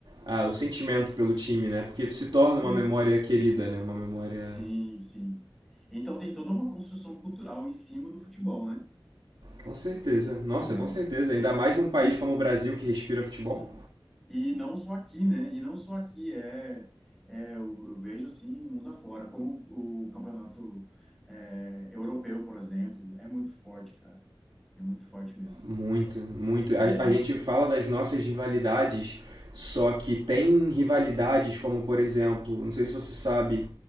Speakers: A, on the right; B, in the centre.
A: ah, o sentimento pelo time, né? Porque se torna uma
B: é.
A: memória querida, né? Uma memória.
B: Sim, sim. Então tem toda uma construção cultural em cima do futebol, né?
A: Com certeza. Nossa,
B: É,
A: com certeza. Ainda mais num país
B: e,
A: como o Brasil que respira futebol.
B: Sim. E não só aqui, né? E não só aqui, é, é eu, eu vejo assim no mundo afora, como o campeonato é, europeu, por exemplo, é muito forte, cara. É muito forte mesmo.
A: Muito, muito. A,
B: Aham.
A: a gente fala das nossas rivalidades, só que tem rivalidades como, por exemplo, não sei se você sabe,